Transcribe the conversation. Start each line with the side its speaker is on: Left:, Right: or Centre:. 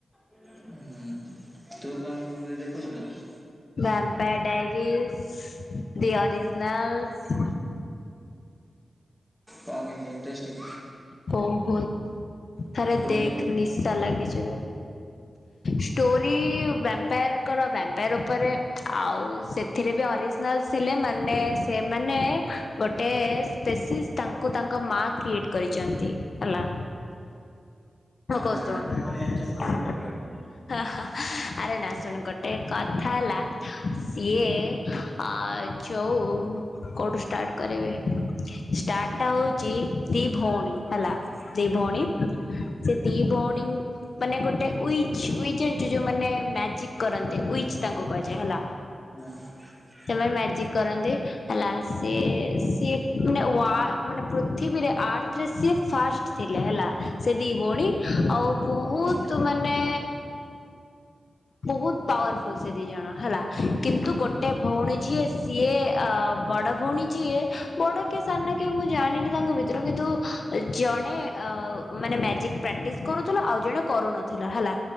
Centre: ହୁଁ ତୁ କାହା ମୁଭି ଫୁଭି ଦେଖୁଛୁ ନା?
Left: Vampire Diaries The Originals.
Centre: ହୁଁ <unintelligible> ଟେଷ୍ଟିଂ।
Left: ବହୁତ ଥରେ
Centre: ଷ୍ଟୋରି
Left: ଦେଖ
Centre: କଣ?
Left: ନି ଶା ଲାଗିଯିବ ଷ୍ଟୋରି ଭାମ୍ପାୟାରଙ୍କର ଭାମ୍ପାୟାର ଉପରେ। ଆଉ ସେ ଥିରେ ବି ଅରିଜିନାଲ ଥିଲେ ମାନେ ସେମାନେ ଗୋଟେ ସ୍ପେଶିସ ତାଙ୍କୁ ତାଙ୍କ ମା କ୍ରିଏଟ କରିଛନ୍ତି ହେଲା। ହଁ କସୁ
Centre: ମା
Left: ହା
Centre: ତ ସମସ୍ତଙ୍କୁ କ୍ରିଏଟ କରିଥାନ୍ତି।
Left: ହା। ଆରେ ନା ଶୁଣ ଗୋଟେ କଥା ହେଲା ସିଏ। ଆ ଯୋଉ କଉଠୁ ଷ୍ଟାର୍ଟ କରିବି ଷ୍ଟାର୍ଟଟା ହଉଛି। ଦି ଭଉଣୀ ହେଲା।
Centre: ହଁ।
Left: ଦି ଭଉଣୀ ସେ ଦି ଭଉଣୀ। ମାନେ ଗୋଟେ ୱିଚ ୱିଚ ଜାଣିଚୁ ଯୋଉ ମାନେ ମ୍ୟାଜିକ କରନ୍ତି ୱିଚ ତାଙ୍କୁ କୁହାଯାଏ ହେଲା।
Centre: ହୁଁ।
Left: ସେମାନେ ମ୍ୟାଜିକ କରନ୍ତି ହେଲା ସେ
Centre: ହୁଁ ହୁଁ।
Left: ସିଏ ମାନେ ୱା ମାନେ ପ୍ରୁ ପୃଥିବୀରେ ଆର୍ଥରେ ସିଏ ଫାର୍ଷ୍ଟ ଥିଲେ ହେଲା ସେ ଦି ଭଉଣୀ ଆଉ ବହୁତ।
Centre: ହୁଁ ହୁଁ
Left: ତୁ ମାନେ। ବହୁତ ପାୱାରଫୁଲ ସେ ଦି ଜଣ ହେଲା କିନ୍ତୁ ଗୋଟେ ଭଉଣୀ ଯିଏ। ସିଏ ଆ ବଡ ଭଉଣୀ ଯିଏ ବଡ କିଏ ସାନ କିଏ ମୁଁ ଜାଣିନି ତାଙ୍କ ଭିତରୁ କିନ୍ତୁ ଜଣେ ଅ ମାନେ ମ୍ୟାଜିକ ପ୍ରାକ୍ଟିସ୍ କରୁଥିଲା ଆଉ ଜଣେ କରୁନ ଥିଲା ହେଲା